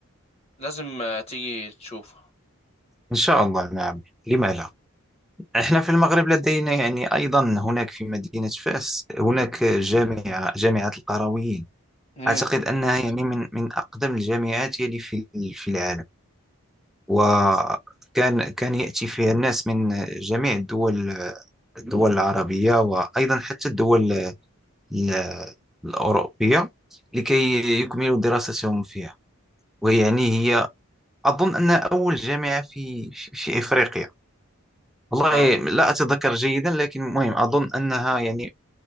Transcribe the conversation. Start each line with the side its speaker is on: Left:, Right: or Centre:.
Left: لازم آه، تيجي تشوفها
Centre: إن شاء الله نعم لما لا إحنا في المغرب لدينا يعني أيضا هناك في مدينة فاس هناك جامعة جامعة القرويين
Left: امم
Centre: أعتقد أنها يعني من من أقدم الجامعات يلي في في العالم وكان كان يأتي فيها الناس من جميع الدول الدول العربية وأيضا حتى الدول ال- الأوروبية لكي يكملوا دراستهم فيها ويعني هي أظن أنها أول جامعة في في في إفريقيا والله
Left: اه
Centre: لا أتذكر جيدا لكن مهم أظن أنها يعني